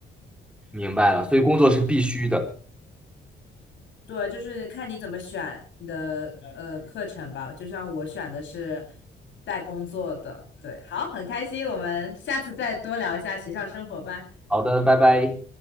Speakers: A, in the centre; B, on the left.
A: 明白了，所以工作是必须的。
B: 对，就是看你怎么选你的呃课程吧。就像我选的是带工作的，对，好，很开心，我们下次再多聊一下学校生活吧。
A: 好的，拜拜。